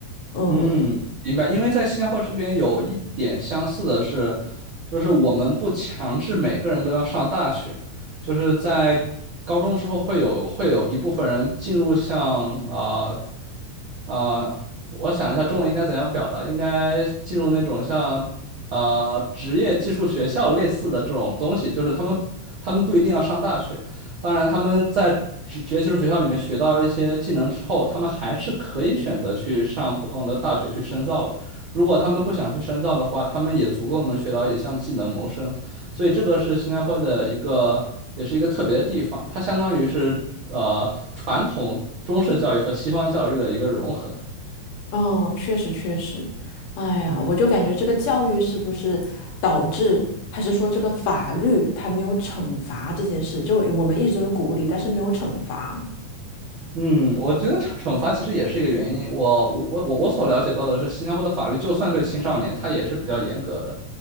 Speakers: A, on the left; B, on the right.
A: 嗯
B: 嗯，明白。因为在新加坡这边有一点相似的是，就是我们不强制每个人都要上大学，就是在高中之后会有会有一部分人进入像啊啊、我想一下中文应该怎样表达，应该进入那种像呃职业技术学校类似的这种东西，就是他们他们不一定要上大学。当然，他们在职职业技术学校里面学到一些技能之后，他们还是可以选择去上普通的大学去深造的。如果他们不想去深造的话，他们也足够能学到一项技能谋生。所以这个是新加坡的一个，也是一个特别的地方，它相当于是呃传统中式教育和西方教育的一个融合。
A: 嗯，确实确实，哎呀，
B: 嗯。
A: 我就感觉这个教育是不是导致，还是说这个法律它没有惩罚这件事？就我们一直都是鼓励，但是没有惩罚。
B: 嗯，我觉得惩惩罚其实也是一个原因。我我我我我所了解到的是，新加坡的法律就算对青少年，他也是比较严格的。